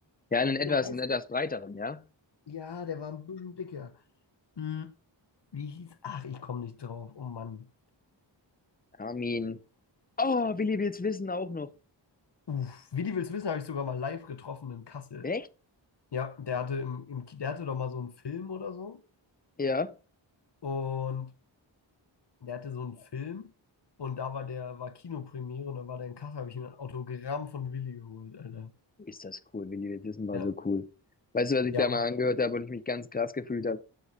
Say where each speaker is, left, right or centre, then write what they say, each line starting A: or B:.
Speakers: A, on the left; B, on the left.
A: ja, einen etwas,
B: Du weißt,
A: einen etwas breiteren, ja?
B: ja, der war ein bisschen dicker. Hm, wie hieß? Ach, ich komme nicht drauf. Oh Mann.
A: Armin. Oh, Willi will's wissen auch noch.
B: Uff, wie die willst wissen, habe ich sogar mal live getroffen in Kassel.
A: Echt?
B: Ja, der hatte im, im, Ki- der hatte doch mal so einen Film oder so.
A: Ja.
B: Und der hatte so einen Film und da war der, war Kinopremiere und da war der in Kassel, habe ich mir ein Autogramm von Willi geholt, Alter.
A: Ist das cool, Willi? Das ist mal
B: Ja.
A: so cool. Weißt du, was ich
B: Ja.
A: da
B: <laughs>
A: mal angehört habe und ich mich ganz krass gefühlt habe?